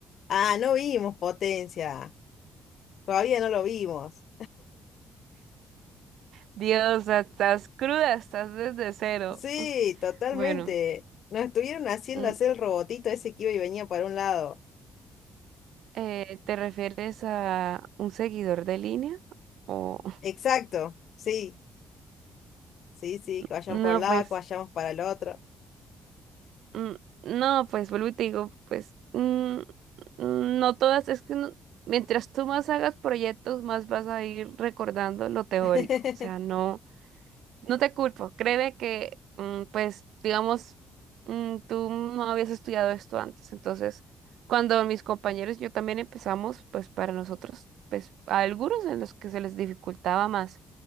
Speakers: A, on the left (about 65°); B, on the right (about 80°).
A: Ah, no vimos potencia. Todavía no lo vimos.
B: Dios, estás cruda, estás desde cero.
A: Sí, totalmente.
B: Bueno,
A: Nos estuvieron haciendo
B: mm,
A: hacer el robotito ese que iba y venía para un lado.
B: eh, ¿te refieres a un seguidor de línea? O
A: Exacto. Sí, sí, sí,
B: <laughs>
A: que vayamos
B: no,
A: para un lado,
B: pues,
A: que vayamos para el otro.
B: mm, no, pues vuelvo y te digo, pues, mm, mm, no todas, es que no- mientras tú más hagas proyectos, más vas a ir recordando lo teórico.
A: <laughs>
B: O sea, no. No te culpo, créeme que, mm, pues, digamos, mm, tú no habías estudiado esto antes, entonces, cuando mis compañeros y yo también empezamos, pues, para nosotros, pues, a algunos en los que se les dificultaba más.